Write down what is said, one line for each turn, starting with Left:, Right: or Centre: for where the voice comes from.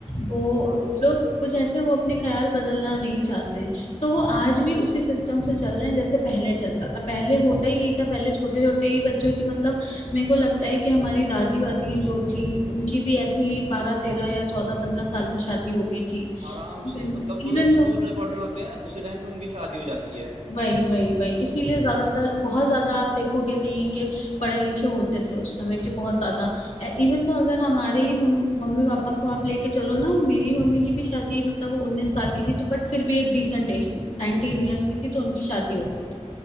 Left: वो
Right: हाँ
Left: वो लोग कुछ ऐसे हैं, वो अपने ख्याल बदलना नहीं चाहते हैं तो वो आज भी उसी सिस्टम से चल रहे हैं जैसे पहले चलता था पहले होता ही यही था पहले छोटे छोटे ही बच्चों की मतलब मेरे को लगता है कि हमारी दादी वादी जो थी उनकी भी ऐसे ही बारह तेरह या चौदह पंद्रह साल में शादी हो गई थी
Right: आराम से
Left: इवन
Right: मतलब वो
Left: इवन
Right: लोग स्कूल
Left: दो
Right: में पढ़ रहे होते हैं उसी टाइम पे उनकी शादी हो जाती है
Left: वही वही वही इसीलिए ज्यादातर बहुत ज्यादा आप देखोगे नहीं कि पढ़े लिखे होते थे उस समय के बहुत ज्यादा इवन तो अगर हमारे ही मम- मम्मी पापा को आप लेके चलो ना मेरी मम्मी की भी शादी मतलब वो उन्नीस साल की थी तो बट फिर भी एक डिसेंट एज थी नाइनटीन ईयर्स की थी तो उनकी शादी हो गई थी